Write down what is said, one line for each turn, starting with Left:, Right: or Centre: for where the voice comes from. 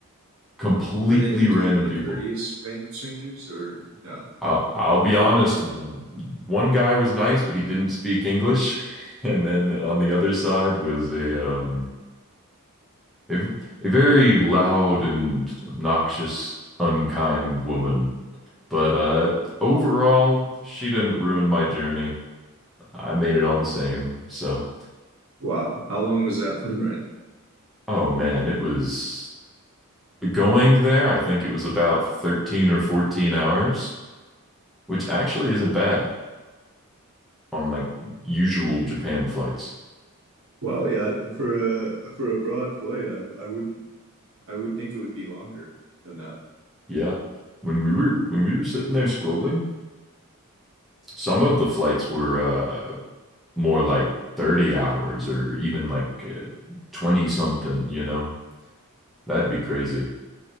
Centre: completely
Right: were they at least
Centre: random
Right: like
Centre: people.
Right: courteous random strangers or no?
Centre: I'll, I'll be honest. One guy was nice, but he didn't speak English, <laughs> and then on the other side was a um a, v- a very loud and obnoxious, unkind woman. But uh, overall, she didn't ruin my journey. I made it all the same. So,
Right: Wow, how long was that plane ride?
Centre: oh man, it was going there. I think it was about 13 or 14 hours, which actually isn't bad on like usual Japan flights.
Right: Wow, yeah, for a for a broad flight, I I wouldn't I would think it would be longer than that.
Centre: Yeah. When we were when we were sitting there scrolling, some of the flights were uh more like 30 hours or even like uh, 20 something, you know. That'd be crazy.